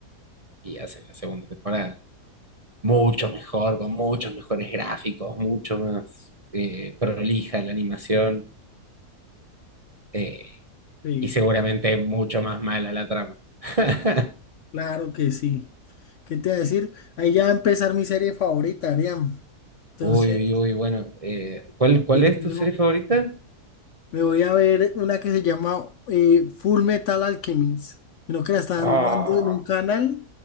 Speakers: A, on the right (about 30°); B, on the left (about 60°).
A: y hacen la segunda temporada. Mucho mejor, con muchos mejores gráficos, mucho más eh, prolija la animación eh,
B: sí,
A: y seguramente mucho más mala la trama. <laughs>
B: claro que sí. ¿Qué te voy a decir? Ahí ya va a empezar mi serie favorita, Ariam. Entonces,
A: Uy, uy, uy, bueno, eh, ¿cuál, cuál
B: eh,
A: es
B: digo,
A: tu serie favorita?
B: Me voy a ver una que se llama eh, Full Metal Alchemist. Creo que la están
A: Oh,
B: dando en un canal